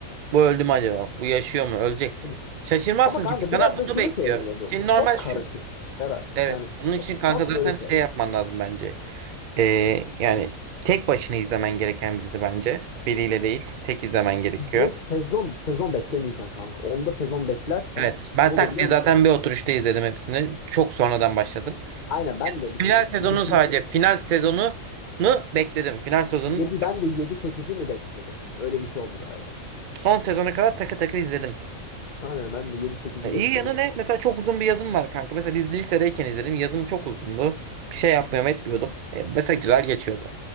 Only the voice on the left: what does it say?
Değil mi?
Ama kanka
biraz da
şunu
sevmiyordum.
Çok
karışık Berat.
Yani
çok
çok
böyle şey.
Ve sezon sezon beklemeyeceksin kanka. Onda sezon beklersen
ne oluyor
biliyor
musun?
Aynen ben de bir
tık
bitmiş
7, ben de yedi sekizi mi bekledim? Öyle bir şey oldu galiba.
Aynen ben de yedi sekizi
beklemiş
bu.